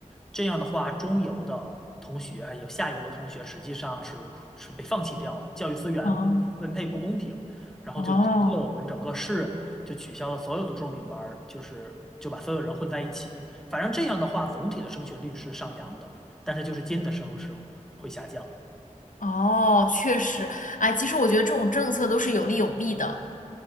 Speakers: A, in the centre; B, on the left.
A: 这样的话，中游的同学还有下游的同学实际上是是被放弃掉了，教育资源不分配不公平，
B: 哦
A: 然后就整个我们整个市就取消了所有的重点班儿，
B: 哦
A: 就是就把所有人混在一起，反正这样的话，总体的升学率是上扬的，但是就是尖子生是会下降。
B: 哦，确实，哎，其实我觉得这种政策都是有利有弊的。